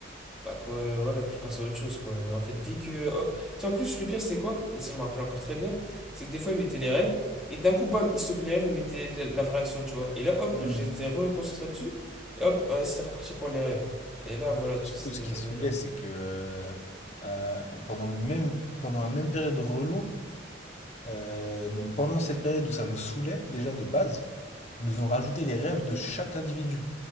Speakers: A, in the centre; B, on the left.
A: bah, quoi, voilà, qui passe à autre chose, quoi. En fait, dès que. oh, tu sais, en plus, le pire, c'est quoi? Et ça, je me rappelle encore très bien. C'est que des fois, il mettait les rêves, et d'un coup, bam, il stoppait les rêves, il mettait la, la vraie action, tu vois. Et là, hop,
B: euh,
A: j'étais reconcentré dessus, et hop, ouais, c'était reparti pour les rêves. Et là, voilà, tu
B: surtout,
A: sais, c'était.
B: ce qui saoulait, c'est que euh, euh, pendant le même, pendant la même période relou, euh, donc pendant cette période où ça nous saoulait déjà de base, ils nous ont rajouté les rêves de chaque individu.